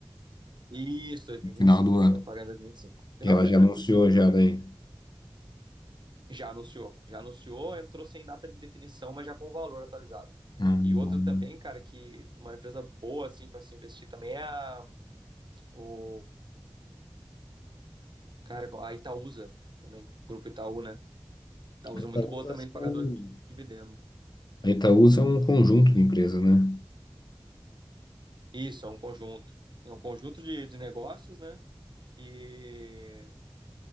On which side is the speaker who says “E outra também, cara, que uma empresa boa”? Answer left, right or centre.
Right